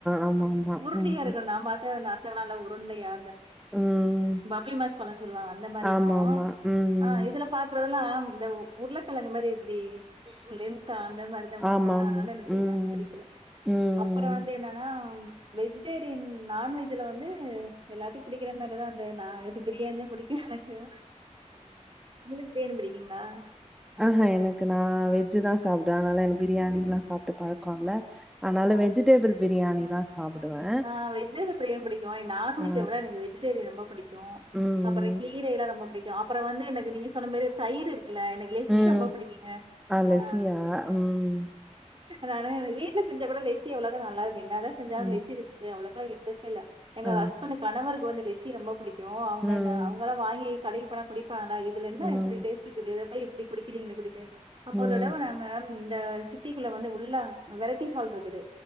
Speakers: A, in the centre; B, on the right.
A: ஆமா ஆமா
B: உருட்டா
A: ம்
B: இருக்கு
A: ம்
B: நான் பாத்த நல்லா உருண்டையா
A: ம்
B: பம்புளி மாஸ்பழம் சொல்லுவாங்க அந்த மாதிரி
A: ஆமாமா
B: இருக்கும்
A: ம்
B: அஹ இதுல பாரக்குறது எல்லாம் இந்த ஒ உருளகெழங்கு மாரி எப்படி லென்தா அந்த மாரிதான் பாத்தன
A: ஆமாமா
B: அதனால எனக்கு
A: ம்
B: வாங்க புடிக்கல
A: ம் ம்
B: அப்புறம் வந்து என்னன்னா வெஜிடேரியன் நான்வெஜ்ல வந்து எல்லாத்துக்கும் பிடிக்கிற மாரிதான் வந்த நான் எது பிரியாணிதான் புடிக்கும் எனக்கும் முழுங்குறேன் படி இருக்கீங்களா
A: ஆஹஹா எனக்கு நான் வெஜி வெஜ்தா சாப்ட அதனால எனக்கு பிரியாணிலாம் சாப்ட்டு பழக்கம் இல்ல அதனால வெஜிடேபிள் பிரியாணி தான் சாப்பிடுவேன்.
B: ஆ வெஜிடேரியரி அப்டினு புடிக்கும் நான்வெஜை
A: ஆ.
B: விட எனக்கு வெஜிடேரிய ரொம்ப க்கும்
A: ம்.
B: அப்புறம் கீரயல நம்ம பிடிக்கும் அப்பறம் வந்து எனக்கு நீங்க சொன்ன மாரி தயிர் எனக்கு லெஸி
A: ம்.
B: ரொம்ப பிடிக்குங்க
A: அலசியா?
B: ஆ
A: ம்.
B: நான வீட்ல செஞ்ச கூட லெசி அவ்வளவா நல்ல இரு என்னதான செஞ்சாலும்
A: ம்.
B: அவளுக்கா இன்ரஸ்ட இல்ல எங்க
A: ஆ.
B: ஸ்பன் கணவருக்கு வந்து லெஸி ரொம்ப புடிக்கும் அவங்க
A: ம்.
B: என் அவங்கலலாம் வாங்கி தடைப்படக்கடிய ஆா இதுல என்ன
A: ம்.
B: எப்டி டேஸ்ட் இருக்குது இப்ப குடிக்கிறீங்களா குடிக்க அப்ப
A: ம்.
B: ஒரு தடவ நாங்க இந்த சிட்டிக்குள்ள வந்து உள்ள வெரைட்டி ஹால் இருக்குது